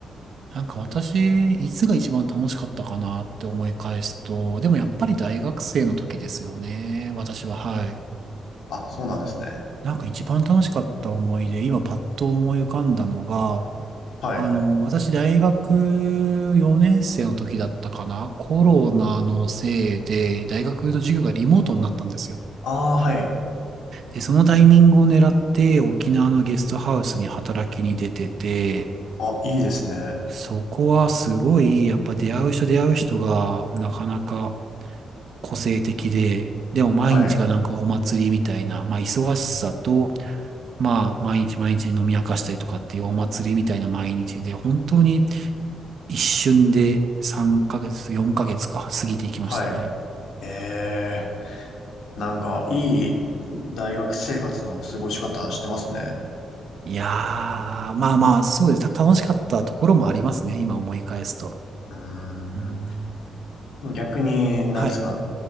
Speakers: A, on the right; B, on the left.
A: なんか私、いつが一番楽しかったかなって思い返すと、でもやっぱり大学生の時ですよね。私は、はい。
B: あ、そうなんですね。
A: なんか一番楽しかった思い出、今パッと思い浮かんだのが、
B: はい。
A: あの、私、大学4年生の時だったかな、コロナのせいで、大学の授業がリモートになったんですよ。
B: ああ、はい。
A: で、そのタイミングを狙って、沖縄のゲストハウスに働きに出てて、
B: あ、いいですね。
A: そこはすごい、やっぱ出会う人出会う人が、なかなか個性的で、でも毎日がなんかお祭りみたいな、
B: はい。
A: まあ、忙しさと、まあ、毎日毎日飲み明かしたりとかっていうお祭りみたいな毎日で、本当に、一瞬で3ヶ月、4ヶ月か、過ぎていきましたね。
B: はい。ええなんか、いい大学生活の過ごし方してますね。
A: いやー、まあまあ、そうです。た楽しかったところもありますね。今思い返すと。
B: うー
A: うーん。
B: ん。でも逆に、何ですか、
A: はい。